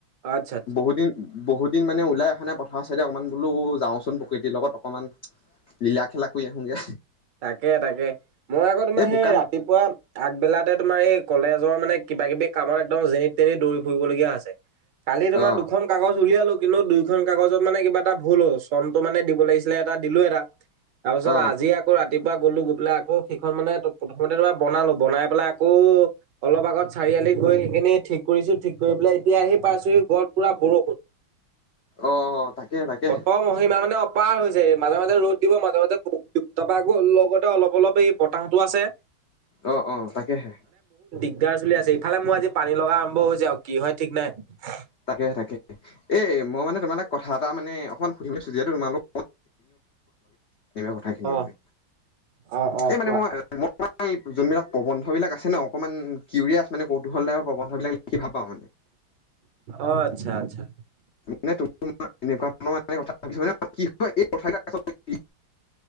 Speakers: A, on the right; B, on the left.
A: আচ্ছা আচ্ছা
B: বহুত দিন বহুত দিন মানে ওলাই অহা নাই পথাৰৰ চাইডে অকণমান বোলো যাওঁচোন প্ৰকৃতিৰ লগত অকণমান লীলা খেলাাক আহখোনগে
A: তাকে তাকে মই আকৌ তোমাৰ
B: এই
A: সেই
B: বোকা
A: ৰাতিপুৱা
B: না
A: আগবেলাতে তোমাৰ এই কলেজৰ মানে কিবা কিবি কামত একদম যেনিত তেনি দৌৰি ফুৰিবলগীয়া আছে কালি তোমাৰ
B: অ',
A: দুখন কাগজ উলিয়ালো কিন্তু দুইখন কাগজত মানে কিবা এটা ভুল হ' চনটো মানে দিব লাগিছিলে এটা দিলো এটা তাৰপিছত
B: অ',
A: আজি আকৌ ৰাতিপুৱা গলো গৈ পেলাই আকৌ সেইখন মানে প্ৰথমতে তোমাৰ বনালো বনাই পেলাই ক অলপ আগত চাৰিআলি গৈ সেইখিনি ঠিক কৰিছো ঠিক কৰি পেলাই এতিয়া সি পাৰছ গৰত পুৰা বৰষুণ
B: অ', তাকে তাকেহে
A: অত মহিমা মানে পাৰ হৈছে মাজে মাজে ৰ'দ দিব মাজে মাজতে বহুিব তাৰপৰা আকৌ লগতে অলপ অলপ এই বতাহতো আছে
B: অ অ তাকেহে
A: দি গাৰ চলি আছে ইফালে মোৰ আজি পানী লগা আৰম্ভ হৈছে আৰু কি হয় ঠিক নাই
B: তাকেহে তাকে এ মই মানে তোমালাক কথা এটা মানে অকমান সুধিম চুজিয়াতো তোমালোক কথাখেনি
A: অ
B: মানে
A: অ অ
B: এই মানে
A: কোৱা।
B: মই তমাৰ যোনবিলাক প্ৰবন্ধ বিিলাক আছে ন অকণমান কিউৰিয়াছ মানে কৌতুহল াইৰ প্ৰবন্ধ বিিলাকি ভ পা মানে <unintelligible>
A: অ আচ্ছা আচ্ছা
B: মানে তম এনেকুৱা ধৰণৰছ মানে কি